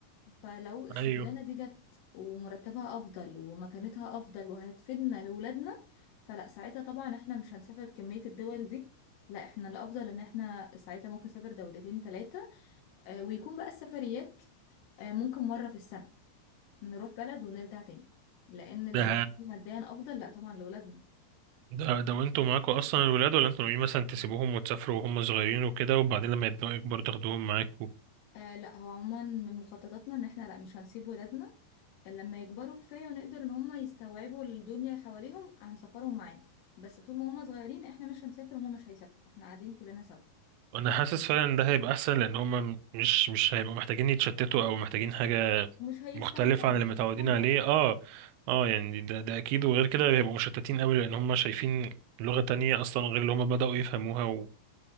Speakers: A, on the left; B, on the right.
A: فلو الشغلانة
B: ايوه
A: دي جت ومرتبها أفضل ومكانتها أفضل وهتفيدنا لولادنا فلا ساعتها طبعا احنا مش هنسافر كمية الدول دي لا احنا الأفضل ان احنا ساعتها ممكن نسافر دولتين تلاتة آه، ويكون بقى السفريات آه، ممكن مرة في السنة نروح بلد ونرجع تاني لأن
B: ده
A: لو دي ماديا أفضل لا طبعا لولادنا
B: ده ده وانتوا معاكوا اصلا الولاد ولا انتوا ناويين مثلا تسيبوهم وتسافروا وهم صغيرين وكده وبعدين لما يبداوا يكبروا تاخدوهم معاكوا
A: آه لا هو عموما من مخططاتنا ان احنا لا مش هنسيب ولادنا لما يكبروا كفاية ونقدر ان هم يستوعبوا الدنيا اللي حواليهم هنسافرهم معانا بس طول ما هم صغيرين احنا مش هنسافر هم مش هيسافروا احنا قاعدين كلنا سوا
B: انا حاسس فعلا ان ده هيبقى احسن لان هما مش مش هيبقوا محتاجين يتشتتوا او محتاجين حاجه
A: مش هيستمتعوا
B: مختلفه عن اللي
A: مش
B: متعودين
A: هيفهموا
B: عليه
A: اصلا
B: اه اه يعني ده ده اكيد وغير كده هيبقوا مشتتين قوي لان هما شايفين لغه تانية اصلا غير اللي هما بداوا يفهموها و...